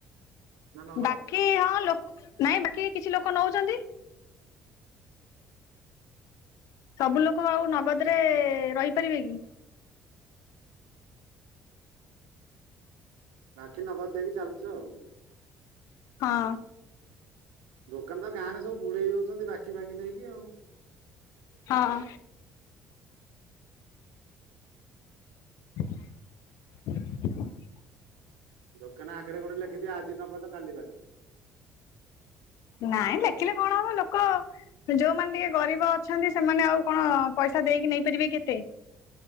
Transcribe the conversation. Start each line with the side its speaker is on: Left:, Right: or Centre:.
Right: ନା ନଗଦ
Left: ବାକି ହଁ ଲ ନାଇଁ ବାକି କିଛି ଲୋକ ନଉଛନ୍ତି। ସବୁ ଲୋକ ଆଉ ନଗଦରେ ରହିପାରିବେ କି
Right: ବାକି ନଗଦ ଦେଇକି ଚାଲିଛ ଆଉ
Left: ହଁ
Right: ଦୋକାନ ତ ଗାଁରେ ସବୁ ବୁଡେଇ ଦଉଛନ୍ତି ବାକି ଫକି ନେଇକି ଆଉ
Left: ହଁ <unintelligible>
Right: ଦୋକାନ ଆଗରେ ଗୋଟେ ଲେଖିଦିଅ ଆଜି ନଗ ତ କାଲି ବାକି
Left: ନାଇଁ ଦେଖିଲେ କଣ ହବ ଲୋକ ଯୋଉମାନେ ଟିକେ ଗରିବ ଅଛନ୍ତି ସେମାନେ ଆଉ କଣ ପଇସା ଦେଇକି ନେଇପାରିବେ କେତେ